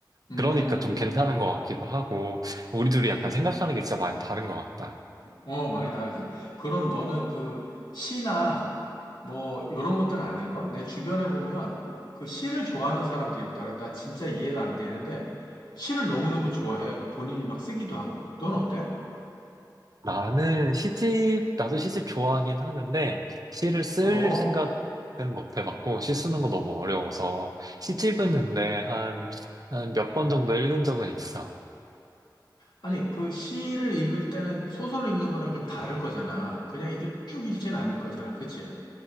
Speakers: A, on the left; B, on the right.
A: 음,
B: 그러니까 좀 괜찮은 것 같기도 하고 우리 둘이 약간
A: 음.
B: 생각하는 게 진짜 많이 다른 것 같다.
A: 어, 많이 다르지. 그럼 너는 그 시나 뭐 이런 것들은 안 읽어? 내 주변에 보면 그 시를 좋아하는 사람들이 있더라. 나 진짜 이해가 안 되는데 시를 너무너무 좋아해. 그 본인이 막 쓰기도 하고. 넌 어때?
B: 나는 시집, 나도 시집 좋아하긴 하는데, 시를 쓸
A: 어.
B: 생각은 못 해봤고, 시 쓰는 거 너무 어려워서, 시집은 근데 한, 한 몇 번 정도 읽은 적은 있어.
A: 아니, 그 시를 읽을 때는 소설을 읽는 거랑 좀 다를 거잖아. 그냥 이렇게 쭉 읽지는 않을 거잖아. 그치?